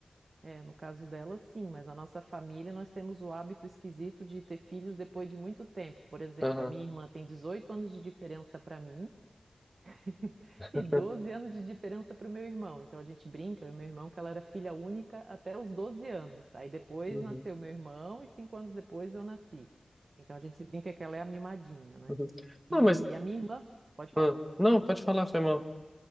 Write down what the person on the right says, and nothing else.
É, no caso dela, sim, mas na nossa família nós temos o hábito esquisito de ter filhos depois de muito tempo. Por exemplo,
a minha irmã tem 18 anos de diferença para mim, <laughs>
E 12 anos de diferença para o meu irmão. Então a gente brinca, eu e meu irmão, que ela era filha única até os 12 anos. Aí depois
nasceu meu irmão e cinco anos depois eu nasci. Então a gente brinca que ela é a mimadinha, né?
E
a minha irmã, pode falar.